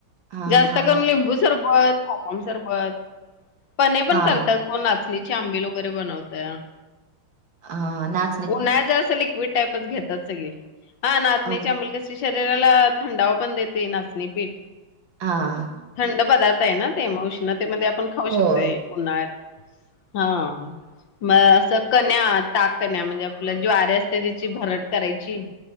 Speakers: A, on the right; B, on the left.
A: हा
B: जास्त
A: हा
B: करून लिंबू सरबत, कोकम सरबत पण
A: हा
B: करतात. हो नाचणीची आंबिल वगैरे बनवतात.
A: हा ना
B: उन्हाळ्यात जरासं लिक्विड टाईपच घेतात सगळी. हा नाचण्याची
A: ओ
B: आंबिल कशी ते शरीराला थंडावा पण देते नाचणीपीठ.
A: हां.
B: थंड पदार्थ आहे ना ते. मग उष्णतेमध्ये आपण खाऊ शकतोय.
A: होय
B: उन्हाळ्यात. <inaudible> हा म असं कन्या, ताककन्या म्हणजे आपल्या ज्वारी असते तीची भरट करायची.